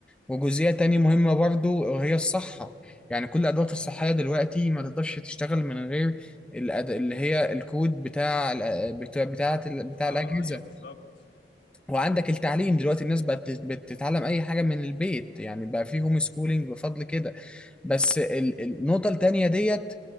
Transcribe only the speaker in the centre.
وجزئية تانية مهمة برضو وهي الصحة يعني كل الأدوات الصحية دلوقتي ما تقدرش تشتغل من غير الأد... اللي هي الكود بتاع ال- بتاع بتاع, بتاع
الأجهزة
وعندك التعليم دلوقتي الناس بقت بت- بتتعلم اي حاجه من البيت يعني بقى في هوم سكولينج بفضل كده بس ال- النقطه التانيه ديت